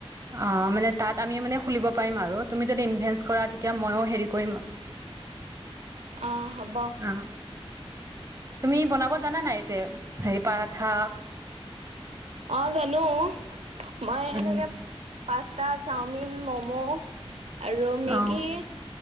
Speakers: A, on the right; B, on the right.
A: অ' মানে তাত আমি মানে খুলিব পাৰিম আৰু। তুমি যদি ইনভেষ্ট কৰা তেতিয়া মইও হেৰি কৰিম <inaudible>
B: অ হ'ব
A: অ' তুমি বনাব জানা নাই যে হেৰি, পাৰঠা
B: অ জানো। মই
A: উম
B: এনেকে পাঁচটা চাওমিন মম' আৰু মেগি
A: অ